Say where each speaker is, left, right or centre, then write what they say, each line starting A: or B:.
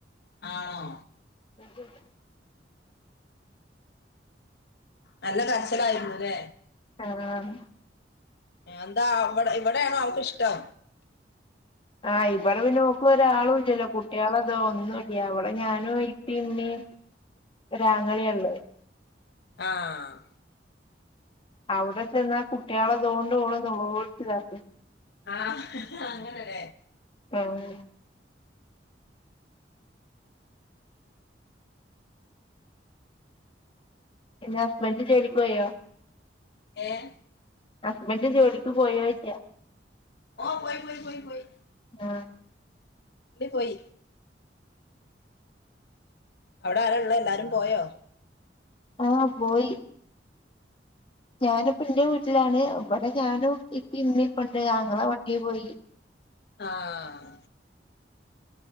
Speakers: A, on the left; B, on the left.
A: ആണോ?
B: <unintelligible>
A: നല്ല കരച്ചിലായിരുന്നുല്ലേ
B: ആഹ്‌.
A: എന്താ അവടെ ഇവടെയാണോ അവക്ക് ഇഷ്ടം?
B: ആഹ് ഇവടെ പിന്നെ ഓക് ഒരാളും ഇല്ലല്ലോ കുട്ട്യാളെതൊന്നുല്ല്യാ വടെ ഞാനും ഇപ്പി ഇമ്മീം ഒരാആങ്ങളീള്ളത്.
A: ആഹ്‌.
B: അവടെ ചെന്നാ കുട്ട്യാളെ തോണ്ട് ഓള് നൊലോൾച്ച്താക്കും.
A: ആഹ്‌ അങ്ങനെലെ.
B: അഹ്‌ ഉം. പിന്നെ ഹസ്ബന്റ് ജോലിക്ക് പോയോ?
A: ഏഹ്?
B: ഹസ്ബന്റ് ജോലിക്ക് പോയോയ്ച്ച്ആ.
A: ഓഹ്‌ പോയി പോയി പോയി പോയി.
B: ആഹ്.
A: ന്റിം പോയി. അവടെ ആരാള്ളേ എല്ലാരും പോയോ?
B: ആഹ് പോയി. ഞാനിപ്പ എന്റ വീട്ട്ലാണ് ഇബട ഞാനും ഇപ്പേം ഇമ്മി ഇപ്പണ്ട് അങ്ങള വണ്ടി പോയി
A: ആഹ്